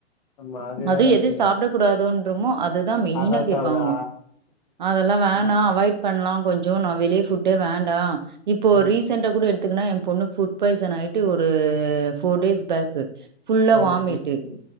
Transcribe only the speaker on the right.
அது
எது
சாப்பிட கூடாதுன்றமோ அதுதா மெயினா
கேப்பாங்கோ
அதெல்லா வேணா
அவாய்ட் பண்லா கொஞ்சோ நா வெளிய ஃபுட்டே வேண்டா இப்போ
ரீசன் கூட எடுத்துக்குனா எ பொண்ணு ஃபுட் பாய்சனாயிட்டு ஒரு ஃபோர் டேஸ் பேக்கு ஃபுல்லா
வாமிட்டு